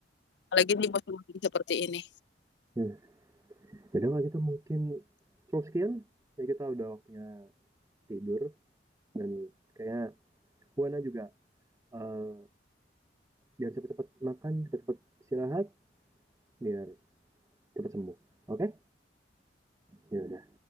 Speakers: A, on the left (about 65°); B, on the right (about 15°).
A: apalagi di musim hujan seperti ini.
B: Hmm. Jadi kalau gitu mungkin cukup sekian. Jadi kita udah waktunya tidur dan kayaknya Buana juga eh, biar cepet-cepet makan, cepet-cepet istirahat, biar cepet sembuh. Oke? Okay? Ya udah.